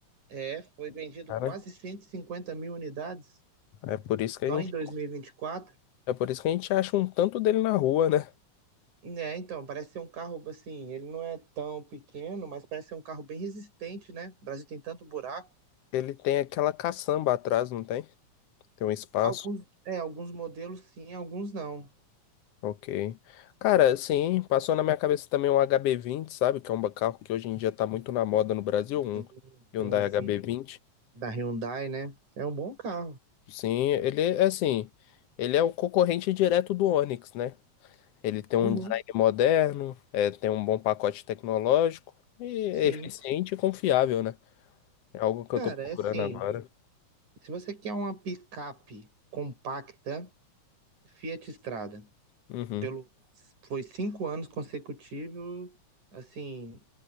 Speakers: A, on the right; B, on the left.
A: É, foi vendido
B: cara.
A: quase 150 mil unidades
B: É por isso que a
A: só
B: gente,
A: em 2024.
B: é por isso que a gente acha um tanto dele na rua, né?
A: É, então, parece ser um carro, assim, ele não é tão pequeno, mas parece ser um carro bem resistente, né? O Brasil tem tanto buraco.
B: Ele tem aquela caçamba atrás, não tem? Tem um espaço.
A: Alguns, é, alguns modelos sim, alguns não.
B: Ok. Cara, sim, passou na minha cabeça também um HB20, sabe? Que é um carro que hoje em dia tá muito na moda no Brasil, um
A: Sim,
B: Hyundai
A: sim, sim.
B: HB20.
A: Da Hyundai, né? É um bom carro.
B: Sim, ele é é assim, ele é o concorrente direto do Onix, né? Ele tem
A: Uhum,
B: um design moderno, é, tem um bom pacote tecnológico e é
A: sim.
B: eficiente e confiável, né? É algo que
A: Cara,
B: eu tô procurando
A: é assim,
B: agora.
A: se você quer uma picape compacta, Fiat Strada.
B: Uhum,
A: pelo, foi cinco anos consecutivos, assim,